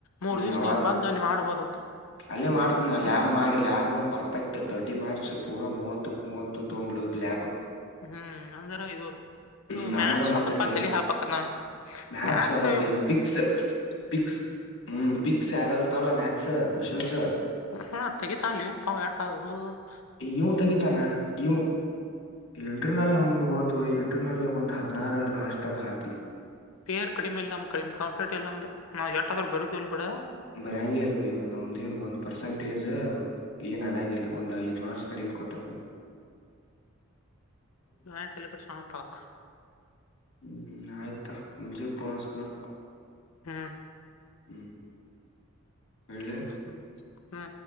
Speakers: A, on the left (about 85°); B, on the left (about 60°).
A: ಮೂರ್
B: ಹ್ಮ್
A: ದಿವ್ಸ
B: ಅವಾಗ
A: ನೀನ್ ಬಂದ್ ಅಲ್ಲಿ ಮಾಡ್ಬೋದ
B: ಅಲ್ಲೇ ಮಾಡ್ತನ ಲ್ಯಾ ಮಾಡಿ ಲಾಬ್ ಒಂದಂದು ಪರ್ಫೆಕ್ಟ್ ತರ್ಟಿ ಮಾರ್ಕ್ಸ್ ಪೂರಾ ಮೂವತ್ತ ಮೂವತ್ತು ತ ಬ್ಲೂ ಲಾಬ್
A: ಹ್ಮ್ ಅಂದಾರ ಇದು
B: ಹ್ಮ್
A: ಇವು ಮ್ಯಾಕ್ಸ್
B: ಅಂದ್ರ ಮತ್ತೆ
A: ಒಂದಪ್ಪ
B: ತೇರಿ
A: ತಿಳ ಹಾಪಕ್ಕ ನ
B: ಮ್ಯಾಥ್ಸ್
A: ಮ್ಯಾಕ್ಸ್
B: ಅದ ಬೈ ಪಿಕ್ಸ್ ಪಿಕ್ಸ್ ಹ್ಮ್ ಪಿಕ್ಸ್ ಯಾವ ಇರ್ತಲ್ಲ ಮಾತ್ಸ್ ಕ್ವೆಸ್ಷನ್ಸ್
A: ಮ್ಮ್ ತೆಗಿತ್ತಾಳೆಪ್ಪ <unintelligible>
B: ಇವು ತೆಗಿತಾನ ಇವು ಎಂಟ್ರನಲ್ ಒಂದು ಹೋದ್ ಎಂಟ್ರನಲ್ ಒಂದು ಹ ನಾರ ಲಾಸ್ಟ್ರ ಹಾಕ್ಲಿ
A: ಪೇರ್ ಕಡಿಮೆಲ್ಲಮ್ಮ ಕಡಿಮೆ ಕಂಪ್ಲೇಟ್ ಇಲ್ಲ ಅಂದ ನಾವು ಎಷ್ಟಾದ್ರರು ಬರದುಲ್ ಬೇಡ
B: ಬರಂಗಗೆ ಅಲ್ ಭ ನ ಒಂದಏನ್ ಒಂದ್ ಪರ್ಸೆಂಟೇಜ್ ಏನ್ ಆಗಂಗಿಲ್ಲ ಒಂದ್ ಐದೂ ಮಾರ್ಕ್ಸ್ ಕಡಿಮೆ ಕೊಟ್ಟಂದ
A: ಆಯ್ತ್ ತಲೆ ಕೆಡ್ಸ್ಕೋಬೇಡ ಶಾಮ ಪಾಕ್
B: ಹ್ಮ್ ಆಯತಾ ಮುಜೆ ಪನಸನಾ
A: ಹ್ಮ
B: ಹ್ಮ್ ಇಡ್ಲೆ
A: ಹ್ಮ ಹ್ಮ್